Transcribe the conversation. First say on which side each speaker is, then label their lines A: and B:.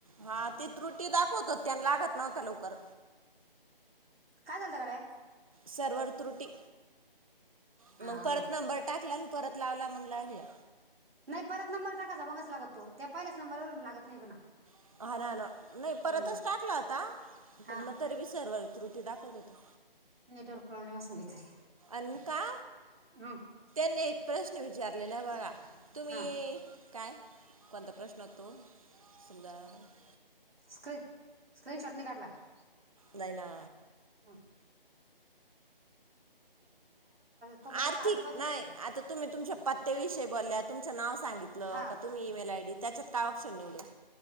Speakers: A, on the right (about 35°); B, on the right (about 80°).
A: हा ते त्रुटी दाखवत हो त्यांना लागत नव्हत लवकर
B: काय झालतं गड्या
A: सर्वर त्रुटी
B: हा
A: मंग परत नंबर टाकला अन् परत लावला मग लागला
B: नाही परत नंबर टाकायचा मगच लागतो त्या पहिल्याच नंबरवरून लागत नाही <unintelligible>
A: <inaudible> नाही परतच
B: हम्म.
A: टाकला होता
B: हा
A: पण मग तरी बी सर्वर त्रुटी दाखवत होत
B: नेटवर्क प्रॉब्लेम असल तिथं
A: अन् का?
B: <inaudible>
A: म्हणे एक प्रश्न विचारलेला बघा तुम्ही
B: हा
A: काय? कोणता प्रश्न तो <inaudible>
B: स्क्रीन स्क्रीन शॉटनी काढला का
A: नाही ना
B: हा सोबत
A: आर्थिक
B: आ- आजूबाजूच
A: नाही आता तुम्ही तुमच्या पत्त्या विषयी बोलल्यात तुमच नाव सांगितलं
B: हा
A: का तुम्ही ई-मेल आय डी त्याच्यात काय ऑप्श निवडू